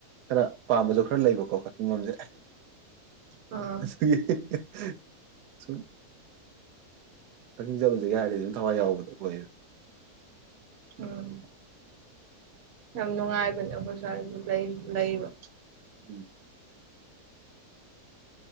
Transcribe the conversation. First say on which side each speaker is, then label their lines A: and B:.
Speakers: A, on the right; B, on the right.
A: ꯈꯔ ꯄꯥꯝꯕꯖꯨ ꯈꯔ ꯂꯩꯕꯀꯣ ꯀꯛꯆꯤꯡ ꯂꯣꯝꯖꯦ
B: ꯑꯣ
A: ꯑꯩ ꯁꯨꯝ ꯀꯛꯆꯤꯛ ꯆꯠꯂꯨꯁꯤꯒꯦ ꯍꯥꯏꯔꯗꯤ ꯑꯗꯨꯝ ꯊꯋꯥꯏ ꯌꯥꯎꯕꯗꯣ ꯑꯣꯏ
B: ꯎꯝ ꯌꯥꯝ ꯅꯨꯡꯉꯥꯏꯕꯅꯦ ꯑꯩꯈꯣꯏ ꯁ꯭ꯋꯥꯏ ꯂꯩꯕ
A: ꯎꯝ